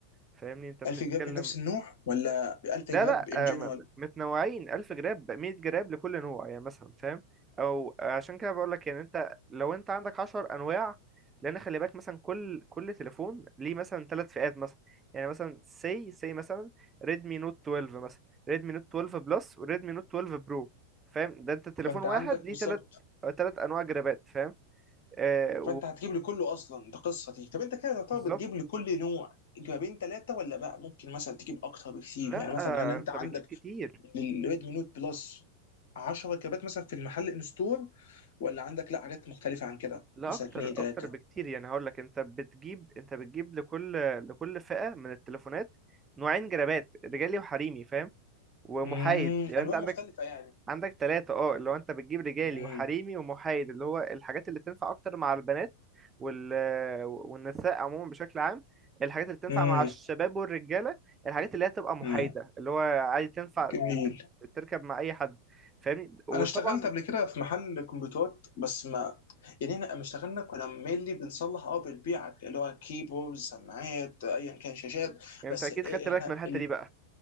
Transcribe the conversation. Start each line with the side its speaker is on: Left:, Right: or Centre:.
Right: فاهمني انت بتتكلم
Left: 1000 جراب من نفس النوع ولا 1000
Right: لا
Left: جراب
Right: لا
Left: ان جنرال
Right: آه، م- م- متنوعين 1000 جراب 100 جراب لكل نوع يعني مثلا فاهم او آه، عشان كده بقول لك يعني انت لو انت عندك 10 انواع لان خلي بالك مثلا كل كل تليفون ليه مثلا ثلاث فئات مثلا يعني مثلا سي سي مثلا ريدمي نوت 12 مثلا ريدمي نوت 12 بلس وريدمي نوت 12 برو فاهم ده انت تليفون
Left: فانت
Right: واحد
Left: عندك
Right: ليه
Left: بالظبط
Right: ثلاث ثلاث انواع جرابات فاهم آه
Left: فانت هتجيب لي كله اصلا ده قصه دي طب انت كده تعتبر
Right: وبالظبط
Left: بتجيب لكل نوع جرابين ثلاثه ولا بقى ممكن مثلا تجيب اكتر بكتير
Right: لا
Left: يعني مثلا
Right: آه،
Left: هل انت
Right: انت
Left: عندك
Right: بتجيب كتير
Left: للريدمي نوت بلس 10 كابات مثلا في المحل ان ستور ولا عندك لا حاجات مختلفه عن كده
Right: لا
Left: مثلا
Right: اكتر
Left: اثنين ثلاثه
Right: اكتر بكتير يعني هقول لك انت بتجيب انت بتجيب لكل لكل فئة من التليفونات نوعين جرابات رجالي وحريمي فاهم ومحايد
Left: امم
Right: يعني
Left: الوان
Right: انت عندك
Left: مختلفه يعني
Right: عندك ثلاثة اه اللي هو انت بتجيب رجالي
Left: امم
Right: وحريمي ومحايد اللي هو الحاجات اللي تنفع اكتر مع البنات وال والنساء عموما بشكل عام الحاجات اللي تنفع
Left: امم
Right: مع الشباب والرجالة الحاجات اللي هي تبقى محايدة
Left: امم
Right: اللي هو عادي تنفع
Left: جميل
Right: تركب مع اي حد فاهمني وطبعا
Left: انا اشتغلت قبل كده في محل كمبيوترات بس ما يعني احنا لما اشتغلنا كنا مينلي بنصلح اه بنبيع اللي هو كيبوردز سماعات ايا كان شاشات
Right: انت
Left: بس
Right: اكيد
Left: احنا
Right: خدت بالك من الحتة دي بقى